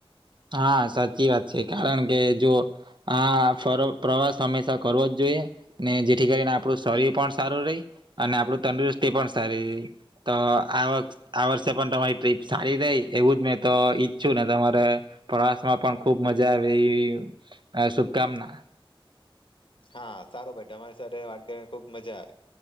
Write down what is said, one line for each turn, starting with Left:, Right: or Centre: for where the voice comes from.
Right: હા સાચી વાત છે, કારણ કે જો આ ફર પ્રવાસ હંમેશા કરવો જ જોઈએ ને જેથી કરીને આપણું શરીર પણ સારું રે અને આપણું તંદુરસ્તી પણ સારી રહી તો આ આ વર્ષે પણ તમારી ટ્રીપ સારી રે એવું જ મેં તો ઈચ્છું ને તમારે પ્રવાસ માં પણ ખુબ મજા આવી આ શુભકામના.
Left: હા સારું ભાઈ તમારી સાથે વાત કરીને ખુબ મજા આવી.